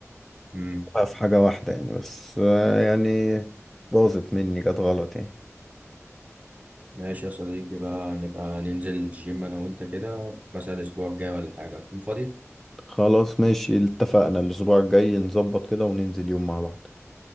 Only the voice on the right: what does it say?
امم
ماشي يا صديقي بقى نبقى ننزل الجيم انا وانت كده في مثلا الاسبوع الجاي ولا حاجة تكون فاضي